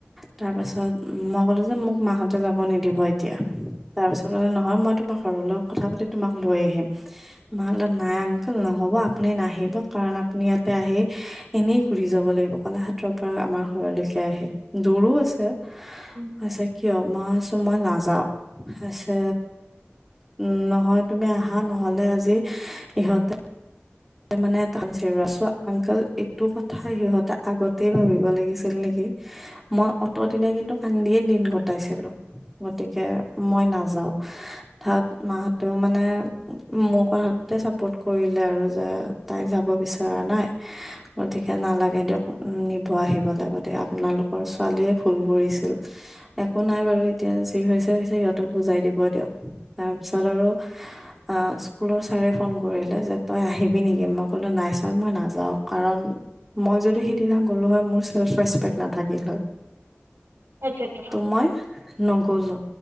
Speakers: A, in the centre; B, on the right.
A: তাৰ পাছত মই কলো যে মোক মাহতে যাব নিদিব এতিয়া তাৰপিছত মানে নহয় মই তোমাৰ ঘৰৰ লগত কথা পাতি তোমাক লৈ আহিম ম নাই অংকেল নহ'ব আপুনি নাহিব কাৰণ আপুনি ইয়াতে আহি এনেই ঘুৰি যাব লাগিব কলাক্ষেত্ৰৰ পৰা আমাৰ ঘৰলৈকে আহি দূৰও আছে
B: উম
A: পাছে কিয় মইছো মই নাযাওঁ পাছে উম নহয় তুমি আহা নহলে আজি ইহঁতে মানে টান চ চ' আংকল এইটো কথা সিহঁতে আগতেই ভাবিব লাগিছিল নেকি, মই অত দিনে কিন্তু কান্দিয়ে দিন কটাইছিলো। গতিকে মই নাযাওঁ। তাত মাহতেও মানে মোৰ কথাতে চাপৰ্ট কৰিলে আৰু, যে তাই যাব বিচৰা নাই,
B: <unintelligible>
A: গতিকে নালাগে দিয়ক নিব আহিবলৈ গতিকে আপোনালোকৰ ছোৱালীয়ে ভুল কৰিছিল। একো নাই বাৰু এতিয়া যি হৈছে হৈছে সিহঁতক বুজাই দিব দিয়ক, তাৰপিছত আৰু আ স্কুলৰ চাৰে ফোন কৰিলে যে, তই আহিবি নেকি, মই ক'লোঁ নাই ছাৰ মই নাযাওঁ কাৰণ মই যদি সিদিনা গ'লো হয় মোৰ চেল্ফ ৰেচপেক্ট নাথাকিল হয়।
B: সেইটোৱেটো।
A: মই নগলো।